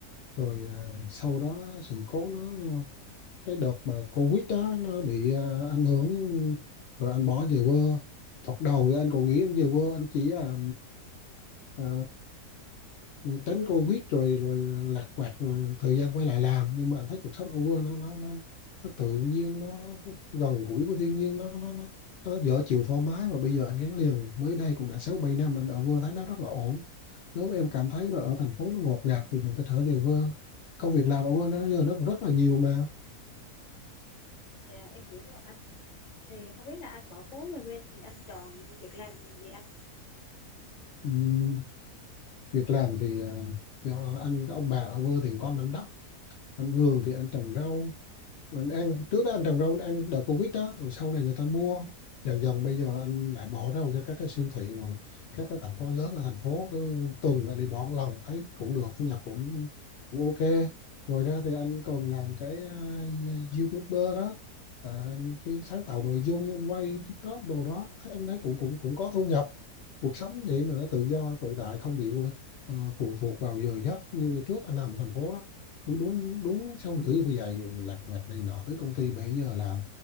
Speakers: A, on the left; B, on the left.
A: Rồi à, sau đó sự cố nó, cái đợt mà Covid đó nó bị à, ảnh hưởng, rồi anh bỏ về quê. Thật đầu thì anh còn nghĩ anh về quê, anh chỉ à, ờ, rồi tránh Covid rồi rồi lạc quạt rồi thời gian quay lại làm nhưng mà anh thấy cuộc sống ở quê nó nó nó nó tự nhiên nó gần gũi với thiên nhiên nó nó nó nó dở chịu thoải mái và bây giờ anh gắn liền mới đây cũng đã sáu bảy năm anh ở quê thấy nó rất là ổn nếu mà em cảm thấy là ở thành phố nó ngột ngạt thì mình có thể về quê công việc làm ở quê nó giờ nó cũng rất là nhiều mà
B: Dạ em hiểu rồi anh. Thì không biết là anh bỏ phố về quê thì anh chọn việc làm gì anh?
A: Ừm, việc làm thì à, do anh ông bà ở quê thì có mảnh đất anh vườn thì anh trồng rau mình ăn trước đó anh trồng rau anh ăn đợt Covid đó rồi sau này người ta mua dần dần bây giờ anh lại bỏ rau cho các cái siêu thị rồi các cái tạp hóa lớn ở thành phố cứ tuần anh đi bỏ một lần thấy cũng được thu nhập cũng cũng ok ngoài ra thì anh còn làm cái à, YouTuber đó à, anh cứ sáng tạo nội dung anh quay TikTok đồ đó thấy anh thấy cũng cũng cũng có thu nhập cuộc sống vậy mà nó tự do tự tại không bị ờ, phụ thuộc vào giờ giấc như trước anh làm ở thành phố đó cứ đúng đúng sáu rưỡi bây giờ lặt vặt này nọ tới công ty 7 giờ làm